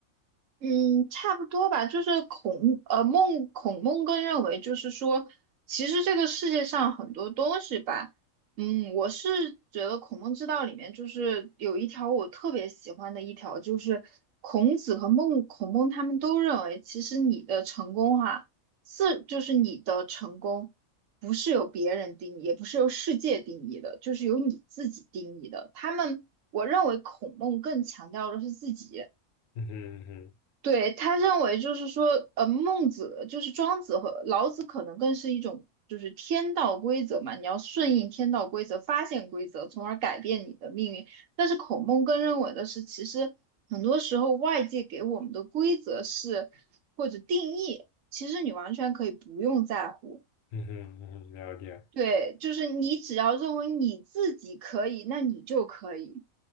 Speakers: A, on the right (about 70°); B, on the left (about 75°).
A: 嗯，差不多吧，就是孔呃孟孔孟更认为，就是说，其实这个世界上很多东西吧，嗯，我是觉得《孔孟之道》里面就是有一条我特别喜欢的一条，就是孔子和孟孔孟他们都认为，其实你的成功哈、是就是你的成功不是由别人定义，也不是由世界定义的，就是由你自己定义的。他们我认为孔孟更强调的是自己。
B: 嗯哼嗯哼
A: 对，他认为就是说，呃，孟子就是庄子和老子，可能更是一种就是天道规则嘛，你要顺应天道规则，发现规则，从而改变你的命运。但是孔孟更认为的是，其实很多时候外界给我们的规则是或者定义，其实你完全可以不用在乎。
B: 嗯哼嗯哼，了解。
A: 对，就是你只要认为你自己可以，那你就可以。